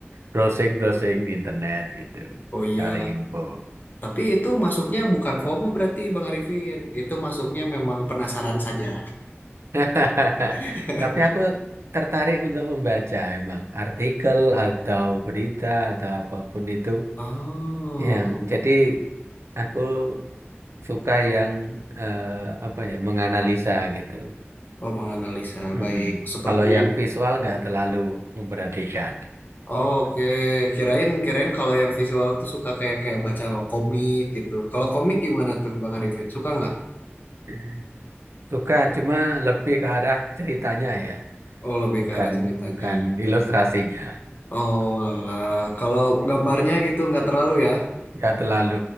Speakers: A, on the right; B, on the left.
A: browsing-browsing di internet gitu.
B: Oh iya,
A: Cari info.
B: tapi itu masuknya bukan FOMO berarti Bang Arifin. Itu masuknya memang penasaran saja.
A: <laughs>
B: <laughs>
A: Tapi aku tertarik untuk membaca memang artikel atau berita atau apapun itu
B: Oh,
A: Ya, jadi aku suka yang eh, apa ya menganalisa gitu.
B: oh menganalisa
A: Mm-mm.
B: baik seperti
A: Kalau yang
B: ini.
A: visual nggak terlalu memperhatikan.
B: Oh, Oke, Kirain kirain kalau yang visual tuh suka kayak kayak baca komik gitu. Kalau komik gimana tuh Bang Arifin? Suka nggak?
A: <laughs> Suka cuma lebih ke arah ceritanya ya,
B: Oh lebih
A: bukan
B: ke arah ceritanya.
A: bukan ilustrasinya.
B: Oh alah, kalau
A: Mm-mm.
B: gambarnya gitu nggak terlalu ya?
A: Nggak terlalu.